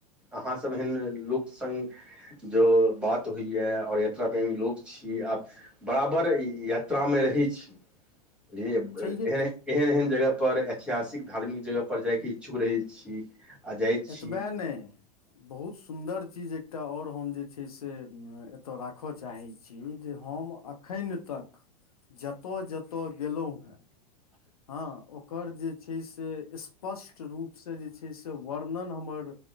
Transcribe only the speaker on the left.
छैहे तऽ
एतबे ने बहुत सुन्दर चीज एकटा आओर हम जे छै से एतय राख चाहै छी जे हम अखन तक जतऽ जतय गेलहुं हेँ हाँ ओकर जे छै से स्पष्ट रूपसँ जे छै से वर्णन हमर